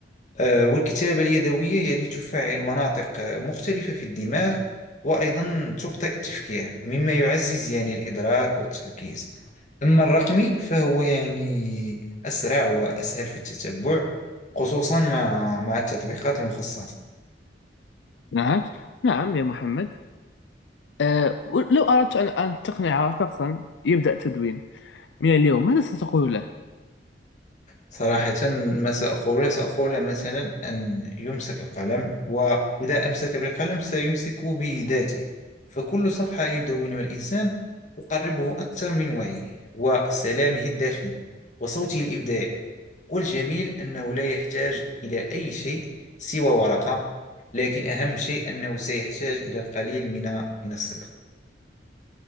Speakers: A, on the left (about 45°); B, on the left (about 80°).
A: آه، والكتابة اليدوية يعني تفعل مناطق آه، مختلفة في الدماغ وأيضا تبطئ التفكير مما يعزز يعني الإدراك والتركيز أما الرقمي فهو يعني أسرع وأسهل في التتبع خصوصا مع مع التطبيقات المخصصة
B: نعم نعم يا محمد أه لو أردت أن أن تقنع شخصا يبدأ التدوين من اليوم ماذا ستقول له؟
A: صراحة ما سأقول سأقول مثلا أن يمسك القلم وإذا أمسك بالقلم سيمسك بذاته فكل صفحة يدونها الإنسان تقربه أكثر من وعيه وسلامه الداخلي وصوته الإبداعي والجميل أنه لا يحتاج إلى أي شيء سوى ورقة لكن أهم شيء أنه سيحتاج إلى القليل من من الصدق